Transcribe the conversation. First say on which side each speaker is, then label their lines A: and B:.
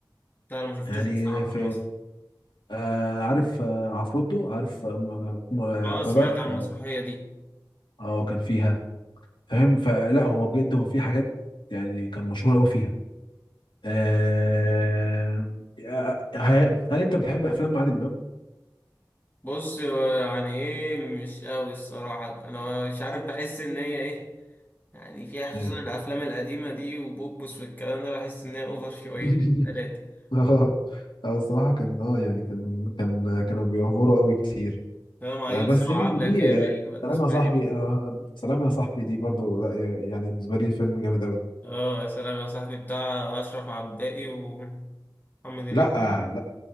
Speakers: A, on the left; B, on the left.
A: انا ما شفتوش
B: يعني
A: بصراحه
B: في
A: في مصر
B: آه عارف آه عفروتو عارف آه م- م-
A: اه
B: بتاع
A: سمعت
B: ده
A: عن
B: اه
A: المسرحيه دي
B: آه، كان فيها فاهم فلا هو بجد هو في حاجات يعني كان مشهور قوي فيها آه آه، هل انت بتحب افلام عادل امام؟
A: بص هو يعني ايه مش قوي الصراحة انا مش عارف بحس ان هي ايه يعني فيها
B: إيه.
A: خصوصا الافلام القديمة دي وبوبس والكلام ده بحس ان هي اوفر شوية
B: <laughs>
A: تلاتة
B: اه آه، الصراحة كان اه يعني كان كان كانوا بيوفروا قوي كتير
A: ده مع
B: آه
A: يسرا
B: بس يعني
A: وعبلة
B: دي
A: كامل
B: آه
A: ولا
B: سلام
A: اسمها
B: يا صاحبي
A: إيه دي
B: آه سلام يا صاحبي دي برضو لا يعني بالنسبة لي فيلم جامد قوي
A: اه يا سلام يا صاحبي بتاع اشرف عباقي ومحمد هنيدي
B: لا آه، لا